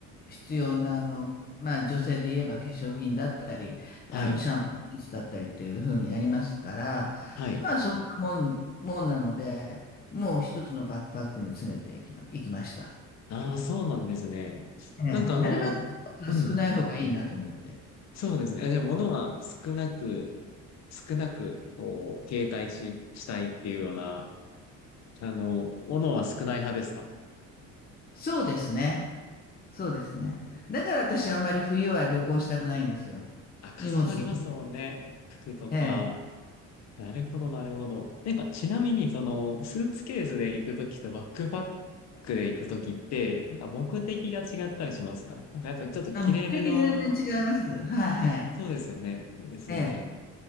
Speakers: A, on the left; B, on the left.
A: 必要な、あの、まあ女性で言えば化粧品だったり、
B: はい。
A: あの、シャンプーだったりっていう風になりますから、
B: はい。
A: まあそんなもん、もんなので、もう一つのバックパックに詰めていきま、いきました。
B: ああ、そうなんですね。
A: ええ、
B: なんかあの、
A: なるべく
B: うん。
A: 少ない方がいいなと思って。
B: そうですね。え、でも物は少なく、少なく、こう、携帯し、したいっていうような、あの、物は少ない派ですか
A: そうですね。そうですね。だから私あんまり冬は旅行したくないんですよ。
B: あ、かさばりますもんね。
A: 荷物が。
B: 服とか。
A: ええ。
B: なるほど、なるほど。やっぱちなみに、その、スーツケースで行くときとバックパックで行くときって、なんか目的が違ったりしますかなんかやっぱりちょっと綺麗めの、
A: あ、目的全然違います。はいはい。
B: あ、そうですよね。ですよね。
A: ええ。